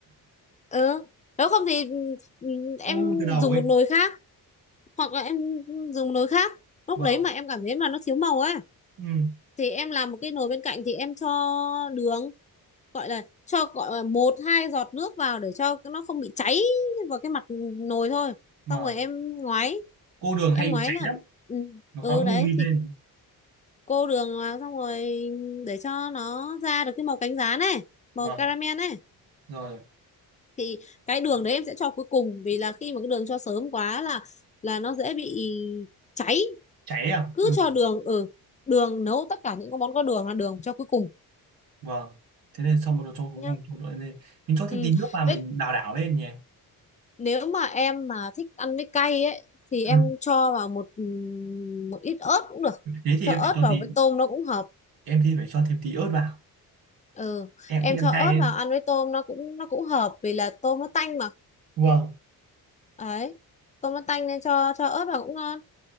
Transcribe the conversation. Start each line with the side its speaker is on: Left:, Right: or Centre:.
Left: ừ nếu không thì ừ, em
Right: cô luôn từ đầu
Left: dùng
Right: ấy
Left: một nồi khác hoặc là em dùng một nồi khác lúc
Right: vâng
Left: đấy mà em cảm thấy mà nó thiếu màu ấy
Right: ừ.
Left: thì em làm một cái nồi bên cạnh thì em cho đường gọi là cho gọi là một hai giọt nước vào để cho nó không bị cháy vào cái mặt nồi thôi
Right: vâng
Left: xong rồi em ngoái
Right: cô đường
Left: em
Right: hay bị
Left: ngoái
Right: cháy
Left: là
Right: lắm
Left: ừ,
Right: nó
Left: ừ
Right: khói mù
Left: đấy
Right: mịt
Left: thì
Right: lên
Left: cô đường vào xong rồi để cho nó ra được cái màu cánh gián này màu
Right: vâng
Left: caramel này
Right: rồi
Left: thì cái đường đấy em sẽ cho cuối cùng vì là khi mà cái đường cho sớm quá là là nó dễ bị cháy
Right: cháy à
Left: cứ
Right: ừ.
Left: cho đường ở ừ, đường nấu tất cả những cái món có đường là đường cho cuối cùng
Right: vâng thế nên xong bắt đầu cho cuối
Left: nhá
Right: cùng cho đội lên mình cho thêm
Left: ừ.
Right: tí nước vào mình
Left: Vậy
Right: đảo đảo lên nhỉ
Left: nếu mà em mà thích ăn với cay ấy thì
Right: ừ.
Left: em cho vào một một ít ớt cũng được
Right: thế thì
Left: cho
Right: em
Left: ớt
Right: phải cho
Left: vào
Right: tí
Left: với tôm nó cũng hợp
Right: em thì phải cho thêm tí ớt vào
Left: ừ.
Right: em
Left: em
Right: thích ăn
Left: cho ớt
Right: cay lên
Left: vào ăn với tôm nó cũng nó cũng hợp vì là tôm nó tanh mà
Right: vâng
Left: ấy tôm nó tanh nên cho cho ớt vào cũng ngon